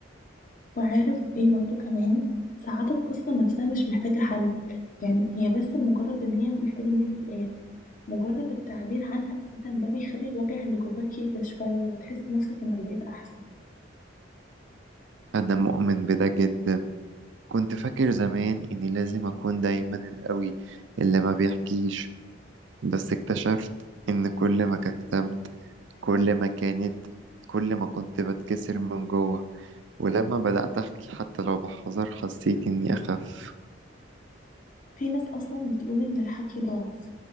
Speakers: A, on the left (about 45°); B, on the right (about 75°).
A: وعارف ايه برضو كمان ساعات القصة نفسها مش محتاجة حل يعني هي بس مجرد ان هي محتاجة ان هي تتقال مجرد التعبير عنها اساسا ده بيخلي الوجع اللي جواك يهدى شوية وتحس نفسك انك بقيت احسن
B: أنا مؤمن بده جدا كنت فاكر زمان إني لازم أكون دايما القوي اللي ما بيحكيش بس اكتشفت إن كل ما كتمت كل ما كانت كل ما كنت بتكسر من جوه ولما بدأت أحكي حتى لو بحذر حسيت إني أخف
A: في ناس اصلا بتقول ان الحكي ضعف